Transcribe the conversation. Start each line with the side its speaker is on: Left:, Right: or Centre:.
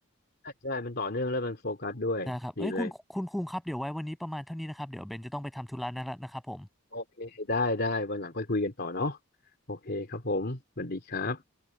Left: ใช่ใช่มันต่อเนื่องแล้วมันโฟกัสด้วยดีเลย
Centre: ใช่ครับเอ้ยคุณคุณคุงครับเดี๋ยวไว้วันนี้ประมาณเท่านี้นะครับเดี๋ยวเบนจะต้องไปทำธุระนะนะครับผม
Left: โอเคได้ได้วันหลังค่อยคุยกันต่อเนาะโอเคครับผมสวัสดีครับ